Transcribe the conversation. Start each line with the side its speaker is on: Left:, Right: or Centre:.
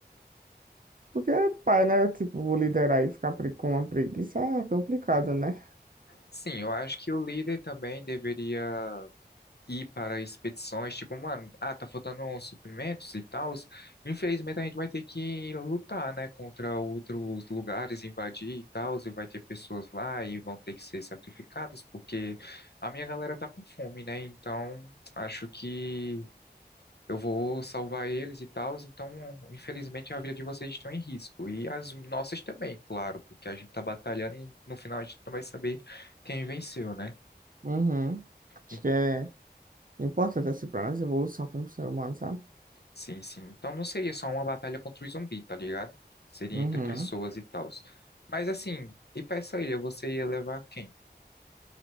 Right: Porque, é pai, né? Tipo, vou liderar e ficar pre- com uma preguiça é complicado, né?
Left: Sim, eu acho que o líder também deveria ir para expedições, tipo, mano, ah, tá faltando uns suprimentos e tal. Infelizmente a gente vai ter que lutar, né, contra outros lugares, invadir e tal, e vai ter pessoas lá e vão ter que ser sacrificadas, porque a minha galera tá com fome, né? Então, acho que eu vou salvar eles e tal, então infelizmente a vida de vocês estão em risco. E as nossas também, claro, porque a gente tá batalhando e no final a gente não vai saber quem venceu, né?
Right: Uhum. Acho
Left: E-
Right: que é importante, assim, pra nossa evolução como ser humano, sabe?
Left: Sim, sim. Então não seria só uma batalha contra o zumbi, tá ligado? Seria
Right: Uhum.
Left: entre pessoas e tal. Mas assim, e pra essa ilha, você ia levar quem?